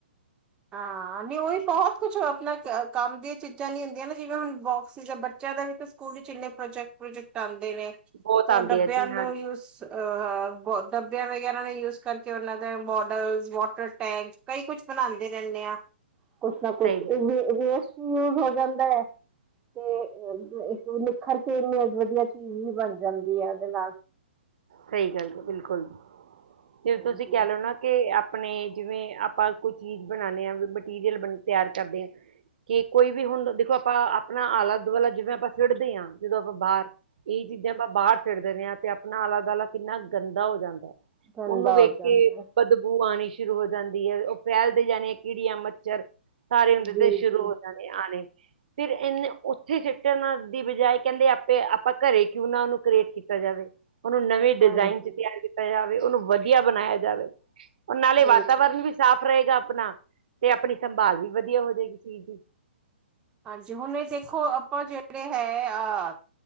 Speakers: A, on the right; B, on the right.
A: ਹਾਂ, ਨਹੀਂ ਉਹੀ ਬਹੁਤ ਕੁਛ ਅਪਣਾ ਕੰਮ ਦੀਆਂ ਚੀਜ਼ਾਂ ਨੀ ਹੁੰਦੀਆਂ ਨਾ, ਜਿਵੇਂ ਹੁਣ ਬੋਕਸੀ ਦਾ ਬੱਚਿਆਂ ਦਾ ਵੀ ਸਕੂਲ ਵਿੱਚ ਇੰਨੇ ਪ੍ਰੋਜੈਕਟ, ਪ੍ਰੋਜੈਕਟ ਆਉਂਦੇ ਨੇ
B: ਬਹੁਤ
A: ਤੇ ਉਹ
B: ਆਉਂਦੇ
A: ਡੱਬਿਆਂ
B: ਆ ਜੀ
A: ਨੂੰ
B: ਹਾਂਜੀ
A: ਯੁਜ ਅ, ਬ ਡੱਬਿਆਂ ਵਗੈਰਾ ਨੂੰ ਯੂਜ ਕਰਕੇ ਉਹਨਾਂ ਦੇ ਮੌਡਲਜ, ਵਾਟਰ ਟੈਂਕ ਕਈ ਕੁਛ ਬਣਾਂ ਰਹਿੰਨੇ ਆ, ਕੁਛ ਨਾ
B: ਸਹੀ
A: ਕੁਛ,
B: ਗੱਲ
A: ਏ ਵੇਸਟ ਵੀ ਯੂਜ ਹੋ ਜਾਂਦਾ ਏ। ਤੇ ਇੱਕ ਨਿਖਰਕੇ ਇੰਨੀ ਵਧੀਆ ਚੀਜ਼ ਵੀ ਬਣ ਜਾਂਦੀ ਐ, ਇਹਦੇ ਨਾਲ।
B: ਸਹੀ ਗੱਲ ਏ, ਬਿਲਕੁਲ ਜੇ
A: ਹਾਂਜੀ
B: ਤੁਸੀਂ ਕਹਿਲੋ ਨਾ ਕੇ ਆਪਣੇ ਜਿਵੇਂ, ਆਪਾਂ ਕੋਈ ਚੀਜ਼ ਬਣਾਂਨੇ ਆ, ਮਟੀਰੀਅਲ ਬ ਤਿਆਰ ਕਰਦੇ ਆ। ਕਿ ਕੋਈ ਵੀ ਹੁਣ, ਦੇਖੋ ਆਪਾਂ ਆਪਣਾ ਆਲਾ-ਦੁਆਲਾ ਜਿਵੇਂ ਆਪਾਂ ਸਿੱਟਦੇ ਆ ਜਦੋਂ ਆਪਾਂ ਬਾਹਰ, ਇਹੀ ਚੀਜ਼ਾਂ ਆਪਾਂ ਬਾਹਰ ਸਿਟ ਦਿੰਨੇ ਆ, ਤੇ ਆਪਣਾ ਆਲਾ-ਦੁਆਲਾ ਕਿੰਨਾ ਗੰਦਾ ਹੋ ਜਾਂਦਾ।
A: ਗੰਦਾ
B: ਉਹਨੂੰ ਵੇਖਕੇ,
A: ਹੋ ਜਾਂਦਾ ਹੈ
B: ਬਦਬੂ ਆਣੀ ਸ਼ੁਰੂ ਹੋ ਜਾਂਦੀ ਏ, ਉਹ ਫੈਲਦੇ ਜਾਣੇ ਕੀੜੀਆਂ, ਮੱਛਰ ਸਾਰੇ ਹੁੰਦੇ
A: ਜੀ
B: ਤੇ
A: ਜੀ
B: ਸ਼ੁਰੂ ਹੋ ਜਾਂਦੇ। ਤੇ ਆਣੇ ਫਿਰ ਇਨੇ ਉੱਥੇ, ਸਿਟਣ ਨਾਲ਼ ਦੀ ਬਜਾਏ ਕਹਿੰਦੇ ਆਪੇ, ਆਪਾ ਘਰੇ ਕਿਉਂ ਨਾ ਉਹਨੂੰ ਕ੍ਰੀਏਟ ਕੀਤਾ ਜਾਵੇ। ਉਹਨੂੰ ਨਵੇਂ ਡਿਜ਼ਾਇਨ'ਚ
A: ਹਾਂਜੀ
B: ਤਿਆਰ ਕੀਤਾ ਜਾਵੇ, ਉਹਨੂੰ ਵਧੀਆ ਬਣਾਇਆ ਜਾਵੇ। ਉਹ ਨਾਲੇ
A: ਬਿਲਕੁਲ
B: ਵਾਤਾਵਰਨ ਵੀ ਸਾਫ਼ ਰਹੇਗਾ ਅਪਣਾ, ਤੇ ਆਪਣੀ ਸੰਭਾਲ ਵੀ ਵਧੀਆ ਹੋ ਜਾਏਗੀ ਚੀਜ਼ ਦੀ।
A: ਹਾਂਜੀ ਹੁਣ ਇਹ ਦੇਖੋ, ਆਪਾਂ ਜਿਹੜੇ ਹੈ ਆ